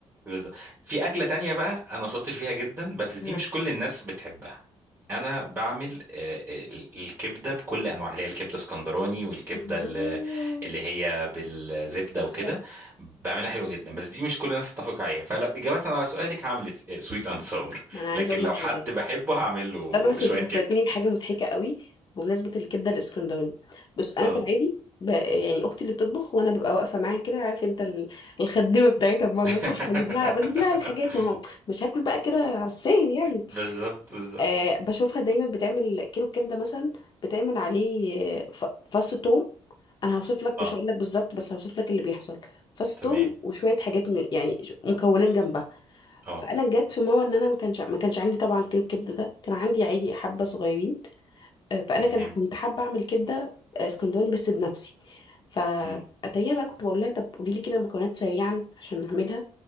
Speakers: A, on the right; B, on the left.
A: بالظبط في أكلة تانية بقى أنا شاطر فيها جدا بس دي
B: ها.
A: مش كل الناس بتحبها أنا بعمل آه، آه، الكبدة بكل أنواعها اللي هي الكبدة اسكندراني والكبدة
B: الله
A: اللي اللي هي بالزبدة
B: تحفة
A: وكده بعملها حلوة جدا بس دي مش كل الناس تتفق عليها فلو إجابة على سؤالك هعمل سويت أند ساور
B: ما انا عايزه
A: لكن
B: اقول
A: لو
B: لك حاجه
A: حد بحبه هعمل له
B: استنى بس
A: شوية
B: انت فكرتني
A: كبدة
B: بحاجه مضحكه قوي بمناسبه الكبده الاسكندراني بص انا
A: اه
B: في العادي ب... يعني اختي اللي بتطبخ وانا ببقى واقفه معاها كده عارف انت ال... الخدمه بتاعتها بمعنى
A: <laughs>
B: صح بجيب لها بجيب لها الحاجات ما هو مش هاكل بقى كده على السهل يعني
A: بالظبط بالظبط
B: آه بشوفها دايما بتعمل كيلو كبده مثلا بتعمل عليه آه، ف... فص توم انا هوصف لك
A: اه
B: مش هقول لك بالظبط بس هوصف لك اللي بيحصل فص
A: تمام
B: توم وشويه حاجات م... يعني ش- مكونات جنبها
A: اه
B: فانا جت في مره ان انا ما كانش ما كانش عندي طبعا كيلو الكبده ده كان عندي عادي حبه صغيرين آه، فانا
A: تمام
B: كان كنت حابه اعمل كبده آه، اسكندراني بس بنفسي فاتريها
A: مم.
B: بقى كنت بقول لها طب قولي لي كده مكونات سريعا عشان نعملها